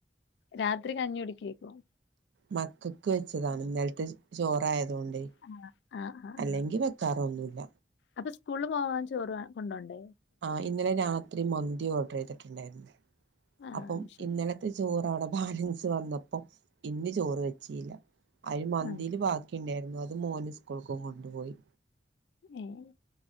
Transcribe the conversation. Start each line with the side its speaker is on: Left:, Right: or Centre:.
Left: രാത്രി കഞ്ഞി കുടിക്കെക്കും
Right: മക്കൾക്ക് വെച്ചതാണ് ഇന്നലത്തെ ചോറായതുകൊണ്ട്
Left: ആഹ് ആഹ് ആഹ്
Right: അല്ലെങ്കിൽ വെക്കാറൊന്നുമല്ല
Left: അപ്പൊ സ്കൂളിൽ പോവാൻ ചോറ കൊണ്ടോണ്ടേ
Right: ആഹ് ഇന്നലെ രാത്രി മന്തി ഓർഡർ ചെയ്തിട്ടുണ്ടായിരുന്നു
Left: ആഹ്
Right: അപ്പം
Left: ശരി
Right: ഇന്നലെ ചോറ്അവിടെ ബാലൻസ് വന്നപ്പോ ഇന്ന് ചോറ് വെച്ചില്ല അഹ് മന്തിൽ
Left: ആഹ്
Right: ബാക്കി ഒ ഉണ്ടായിരുന്നു അത് മോന് സ്കൂൾക്കും കൊണ്ടുപോയി
Left: ഏഹ്